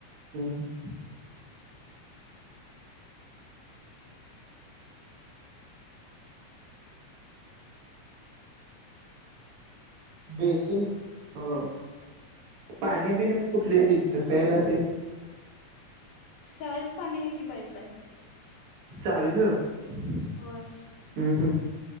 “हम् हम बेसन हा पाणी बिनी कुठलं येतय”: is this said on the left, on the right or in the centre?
Right